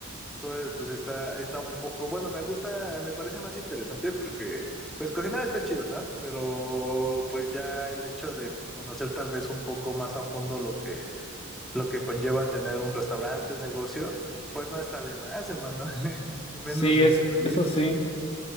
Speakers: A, in the centre; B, on the left (about 30°).
A: Entonces, pues está, está un poco, bueno, me gusta, me parece más interesante porque, pues cocinar está chido, ¿no? Pero pues ya el hecho de conocer tal vez un poco más a fondo lo que, lo que conlleva tener un restaurante, un negocio, pues no está de más, hermano, <laughs> y menos
B: Sí,
A: en
B: es,
A: el país.
B: eso sí.